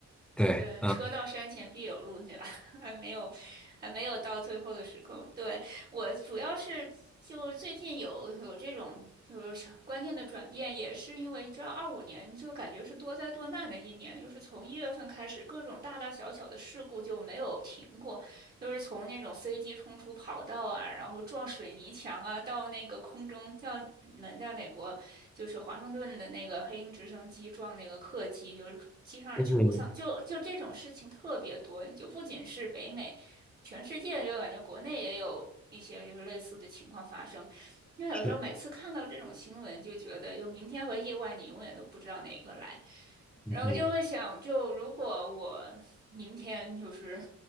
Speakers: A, in the centre; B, on the right.
A: 对，
B: 对，
A: 啊，
B: 车到山前必有路，对吧？<laughs> 还没有，还没有到最后的时刻。对，我主要是就最近有有这种就是观念的转变，也是因为你知道，二五年就感觉是多灾多难的一年，就是从一月份开始，各种大大小小的事故就没有停过。就是从那种飞机冲出跑道啊，然后撞水泥墙啊，到那个空中，像你们在美国，就是华盛顿的那个黑鹰直升机撞那个客机，就是机上人全部丧，
A: 嗯，
B: 就就这种事情特别多，就不仅是北美，全世界就感觉国内也有一些就是类似的情况发生。因为有时候每次看到这种新闻，
A: 是，
B: 就觉得就明天和意外，你永远都不知道哪个来。
A: 嗯嗯，
B: 然后就会想，就如果我明天就是